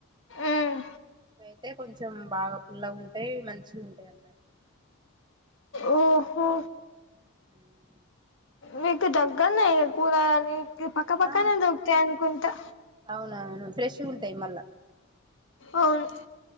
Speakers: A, on the left; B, on the right.
A: ఉమ్
B: వయితే కొం కొంచెం బాగా పుల్లగుంటాయి మంచిగుంటయి అన్నట్టు
A: ఓహో
B: <inaudible>
A: మీకు దగ్గర్నే కూరగా పక్క పక్కనే
B: ఆ
A: దొరుకుతాయి అనుకుంటా
B: అవునవును ఫ్రెష్గా ఉంటాయి మళ్ళా
A: అవును